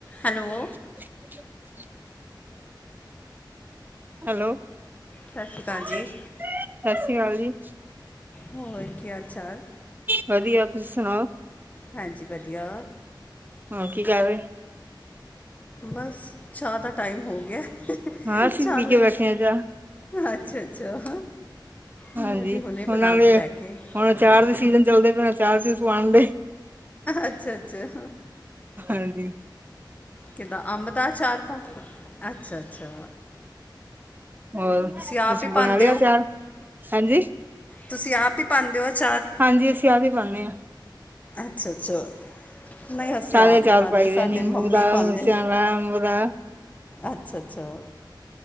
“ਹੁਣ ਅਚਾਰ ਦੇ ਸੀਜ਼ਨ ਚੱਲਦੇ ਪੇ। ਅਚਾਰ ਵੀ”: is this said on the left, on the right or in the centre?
Right